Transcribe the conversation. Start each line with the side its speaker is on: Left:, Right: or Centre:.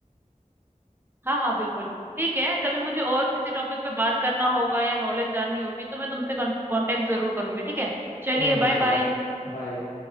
Right: हाँ हाँ बिल्कुल ठीक है कभी मुझे और किसी टॉपिक पे बात करना होगा या नॉलेज जाननी होगी तो मैं तुमसे कांटेक्ट जरूर करूंगी ठीक है चलिए
Left: कोई नहीं
Right: बाय
Left: चलो
Right: बाय
Left: बाय